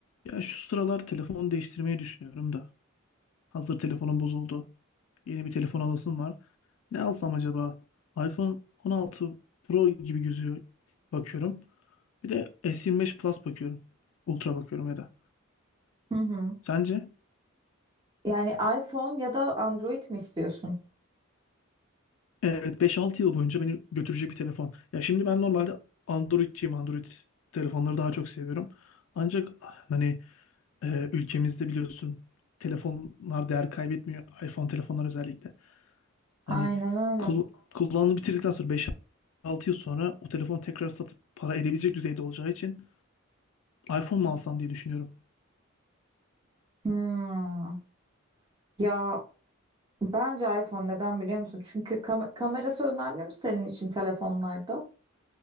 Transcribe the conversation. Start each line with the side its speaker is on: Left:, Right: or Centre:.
Left: Ya şu sıralar telefon değiştirmeyi düşünüyorum da. Hazır telefonum bozuldu. Yeni bir telefon alasım var. Ne alsam acaba? iPhone 16 Pro gibi gözüyor bakıyorum. Bir de S25 Plus bakıyorum. Ultra bakıyorum ya da.
Right: Hı hı.
Left: Sence?
Right: Yani iPhone ya da Android mi istiyorsun?
Left: Evet 5-6 yıl boyunca beni götürecek bir telefon. Ya şimdi ben normalde Android'ciyim. Android telefonları daha çok seviyorum. Ancak hani e, ülkemizde biliyorsun telefonlar değer kaybetmiyor. iPhone telefonlar özellikle.
Right: Aynen
Left: Hani
Right: öyle.
Left: kul kullanımı bitirdikten sonra beş altı yıl sonra o telefonu tekrar satıp para edebilecek düzeyde olacağı için iPhone mu alsam diye düşünüyorum.
Right: Hmm. Ya bence iPhone neden biliyor musun? Çünkü kam- kamerası önemli mi senin için telefonlarda?